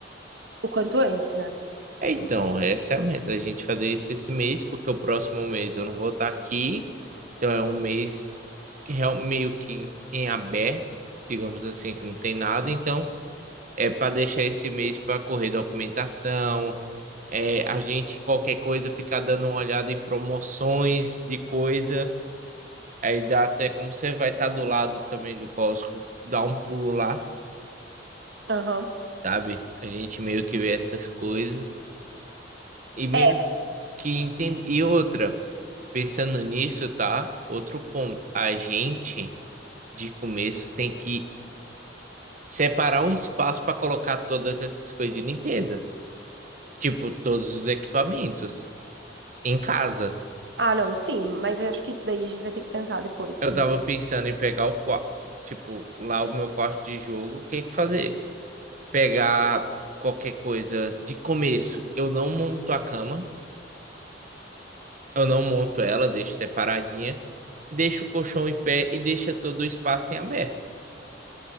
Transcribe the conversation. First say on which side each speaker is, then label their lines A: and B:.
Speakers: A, on the right; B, on the right.
A: O quanto antes, né?
B: É, então, essa é a meta, a gente fazer isso esse mês, porque o próximo mês eu não vou estar aqui, então é um mês que real- meio que em aberto, digamos assim, que não tem nada, então é para deixar esse mês para correr documentação, é, a gente, qualquer coisa, ficar dando uma olhada em promoções de coisa, aí dá até como você vai estar do lado também do Costco, dá um pulo lá,
A: Aham.
B: sabe? A gente meio que vê essas coisas, e meio
A: É,
B: que entende, e outra. Pensando nisso, tá? Outro ponto. A gente, de começo, tem que separar um espaço para colocar todas essas coisas de limpeza. Tipo, todos os equipamentos. Em casa.
A: ah, não, sim, mas eu acho que isso daí a gente vai ter que pensar depois.
B: Eu
A: Não.
B: tava pensando em pegar o quarto. Tipo, lá o meu quarto de jogo, o que que fazer? Pegar qualquer coisa. De começo, eu não monto a cama. Eu não monto ela, deixo separadinha. Deixo o colchão em pé e deixa todo o espaço em aberto.